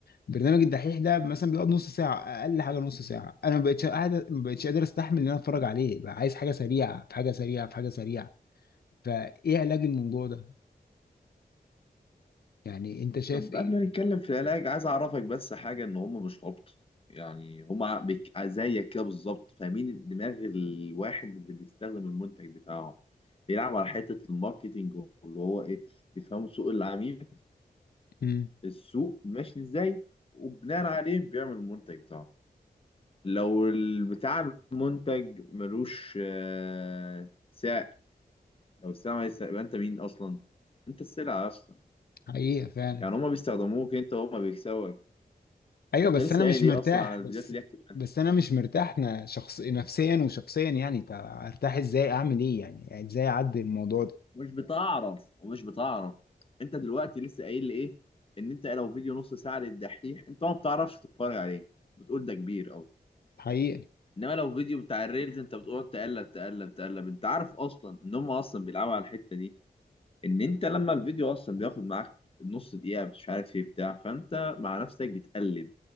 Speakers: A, on the left (about 75°); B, on the left (about 35°).
A: برنامج الدحيح ده مثلا بيقعد نص ساعه اقل حاجه نص ساعه انا ما بقتش قاعد ما بقتش قادر استحمل ان انا اتفرج عليه بقى عايز حاجه سريعه في حاجه سريعه في حاجه سريعه فايه علاج الموضوع ده يعني انت شايف
B: طب
A: ايه
B: قبل ما نتكلم في العلاج عايز اعرفك بس حاجه ان هم مش عبط يعني هم ع- بك- زيك كده بالظبط فاهمين دماغ الواحد اللي بيستخدم المنتج بتاعهم بيلعب على حته الماركتينج واللي هو ايه بيفهموا سوق العميل
A: مم.
B: السوق ماشي ازاي وبناء عليه بيعمل المنتج بتاعه لو ال- بتاع المنتج ملوش آه، سعر لو السلعه مالهاش سعر يبقى انت مين اصلا انت السلعه اصلا
A: حقيقه فعلا
B: يعني هما بيستخدموك انت وهما بيكسبوا
A: ايوه
B: انت
A: بس
B: لسه
A: انا مش
B: قايل
A: مرتاح
B: ايه اصلا على الفيديوهات
A: بس
B: اللي هي كتير منها
A: بس انا مش مرتاح ن- شخص نفسيا وشخصيا يعني طب ارتاح ازاي اعمل ايه يعني يعني ازاي اعدي الموضوع ده
B: مش بتعرف ومش بتعرف انت دلوقتي لسه قايل لي ايه ان انت لو فيديو نص ساعه للدحيح انت ما بتعرفش تتفرج عليه بتقول ده كبير قوي
A: حقيقي
B: انما لو فيديو بتاع الريلز انت بتقعد تقلب تقلب تقلب انت عارف اصلا ان هم اصلا بيلعبوا على الحته دي ان انت لما الفيديو اصلا بياخد معاك نص دقيقه مش عارف ايه بتاع فانت مع نفسك بتقلب